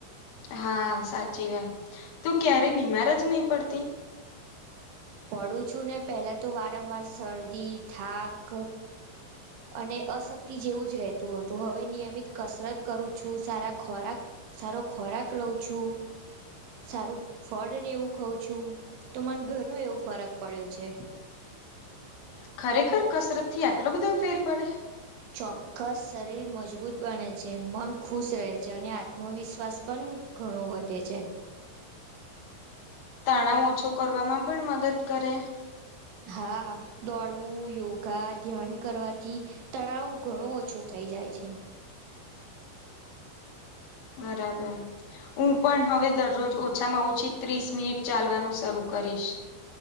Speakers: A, on the left (about 45°); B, on the right (about 75°).
A: હા સાચી વાત તુ ક્યારેય બીમાર જ નહી પડતી
B: પડું છું ને પેલા તો વારંવાર શરદી થાક અને અશક્તિ જેવું જ રહેતું હતુ હવે નિયમિત કસરત કરુ છુ, સારા ખોરાક સારો ખોરાક રહઉ છુ. સારું ફળ ને એવું ખઉં છુ, તો મન ઘણુ એવો ફરક પડ્યો છે.
A: ખરેખર કસરત થી આટલો બધો ફેર પડે
B: ચોક્કસ શરીર મજબૂત બને છે મન ખુશ રહે છે, અને આત્મવિશ્વાસ પણ ઘણું વધે છે.
A: તણાવ ઓછો કરવામાં પણ મદદ કરે
B: હા દોડવું યોગા ધ્યાન કરવાથી. તણાવ ઘણું ઓછો થઈ જાય છે.
A: બરાબર હુ પણ હવે દરરોજ ઓછામાં ઓછી ત્રીસ મિનિટ ચાલવાનું શરૂ કરીશ